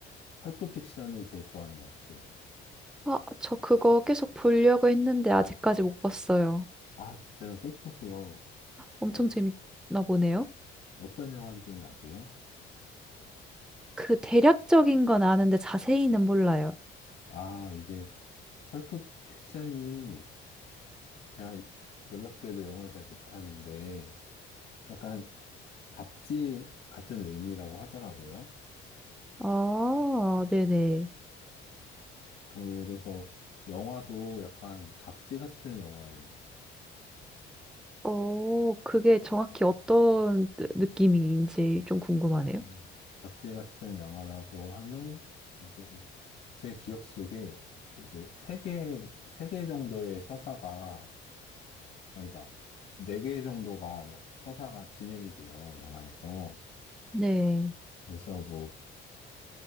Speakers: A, on the left; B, in the centre.
A: 펄프 픽션을 제일 좋아하는 것 같아요.
B: 아, 저 그거 계속 보려고 했는데 아직까지 못 봤어요.
A: 아, 진짜요. 꼭 보세요.
B: 엄청
A: 어,
B: 재밌나 보네요.
A: 어떤 영화인지는 아세요?
B: 그 대략적인 건 아는데 자세히는 몰라요.
A: 아, 이게 펄프 픽션이 제가 놀랍게도 영어를 잘 못하는데 약간 잡지 같은 의미라고 하더라고요.
B: 아, 네네.
A: 그래서 영화도 약간 잡지 같은 영화예요.
B: 어, 그게 정확히 어떤 느- 느낌인지 좀 궁금하네요.
A: 어, 잡지 같은 영화라고 하면 이제 제 기억 속에 이게 세 개, 세 개 정도의 서사가 아니다. 네 개 정도가 서사가 진행이 돼요, 영화에서.
B: 네.
A: 그래서 뭐